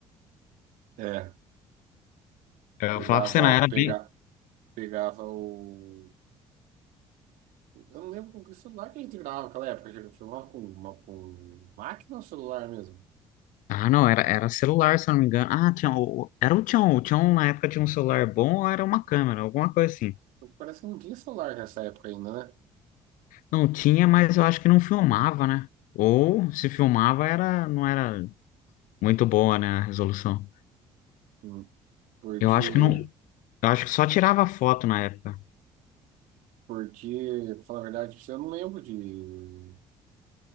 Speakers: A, on the right (about 70°); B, on the left (about 65°).
A: É,
B: Eu
A: pegava,
B: falava pra você, não, era
A: pega,
B: bem.
A: pegava o. Eu não lembro com que celular que a gente gravava naquela época. A gente filmava com, uma, com máquina ou celular mesmo?
B: Ah, não, era, era celular, se eu não me engano. Ah, tinha, o- era o Tchon. O Tchon, na época, tinha um celular bom ou era uma câmera, alguma coisa assim.
A: Porque parece que não tinha celular nessa época ainda, né?
B: Não tinha, mas eu acho que não filmava, né? Ou se filmava, era, não era Muito boa, né, a resolução.
A: Hum, Porque,
B: Eu acho que não, eu acho que só tirava foto na época.
A: porque, pra falar a verdade, pra você, eu não lembro de,